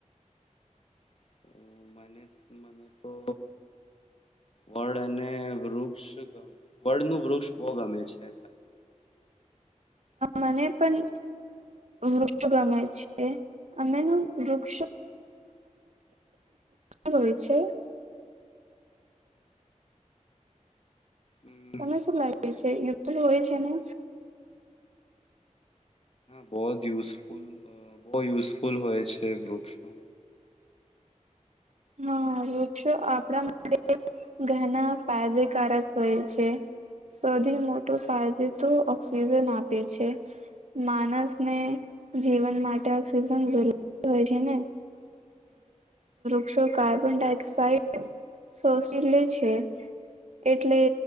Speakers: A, on the left; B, on the right.
A: <inaudible> મને તો વડ અને રૂ વૃક્ષ વડનું વૃક્ષ બો ગમે છે.
B: મને પણ વૃક્ષો ગમે છે અને વૃક્ષો <inaudible> હોય છે
A: હમ
B: તમે શું લાગે હોય છે <inaudible> ને?
A: બોજ જ યુઝફુલ બો યુઝફુલ હોય છે વૃક્ષો.
B: હા, વૃક્ષો આપણા માટે ઘણા ફાયદેકારક હોય છે. સૌથી મોટો ફાયદો તો ઓક્સિજન આપે છે. માણસને જીવન માટે ઓક્સિજન જરૂર હોય છે ને? વૃક્ષો કાર્બન ડાયોક્સાઇડ શોષિ લે છે એટલે